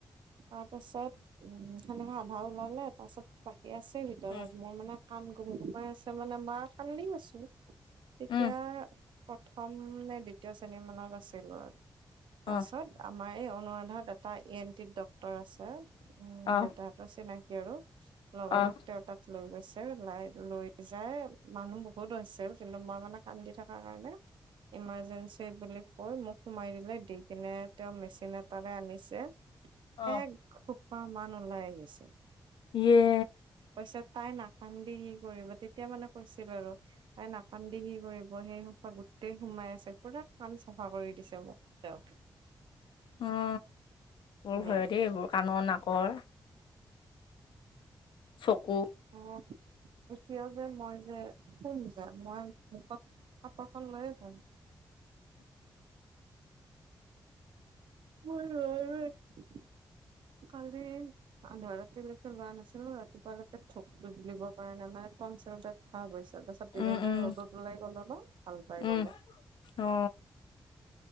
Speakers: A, on the right; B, on the left.
A: তাৰপাছত উম সেনেকে আধা ওলালে, তাৰ পাছত বাকী আছে ভিতৰত
B: উম
A: মোৰ মানে কাণ গুম গোমাই আছে মানে মাৰ কান্দি আছো তেতিয়া
B: উম
A: প্ৰথম নে দ্বিতীয় শ্ৰেণী মানত আছিলো আৰু তাছত
B: অহ
A: আমাৰ এই অনুৰাধাত এটা ই এন টিত ডক্তৰ আছে। উম
B: অহ
A: দেউতাহতৰ চিনাকী আৰু লগৰ
B: অহ
A: লগ তাত লৈ গৈছে, লাই লৈ যাই মানুহ বহুত হৈছিল কিন্তু মই মানে কান্দি থাকাৰ কাৰণে
B: <inaudible>
A: ইমাৰজেঞ্চি বুলি কৈ মোক সোমাই দিলে, দি কিনে তেওঁ মেচিন এটাৰে আনিছে
B: অ',
A: এক খোপা মান ওলাই আহিছে।
B: ইয়ে।
A: কৈছে তাই নাকান্দি কি কৰিব? তেতিয়া মানে কৈছিল আৰু। তাই নাকান্দি কি কৰিব সেও গোটেই সোমাই আছে পুৰা কাম চাফা কৰি দিছে মোক তেওঁ।
B: অ
A: ধুনীয়াকে
B: বৰ ভয়তে এইবোৰ কাণৰ, নাকৰ। চকু
A: অঁহ। এতিয়াও যে মই যে শুম যে, মই মুখত কাপোৰখন লৈয়ে শুম। মোৰ ৰুৱা ৰুই কালি আধা ৰাতিলৈকে লোৱা নাছিলো ৰাতিপুৱালৈকে থোকটো গিলিব পৰা নাই মানে টনচিল টাইপ হৈ গৈছিল। তাপাছত দিনৰ
B: উম,
A: পৰা
B: উম,
A: ৰ'দত ওলাই গলো ন ভাল পাই
B: উম,
A: গ'লো।
B: অ